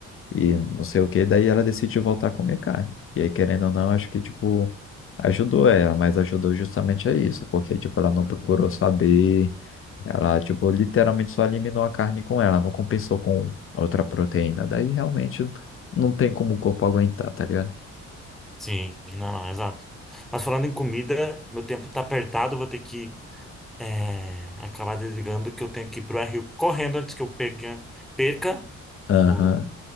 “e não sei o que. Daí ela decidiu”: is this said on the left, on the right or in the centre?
Left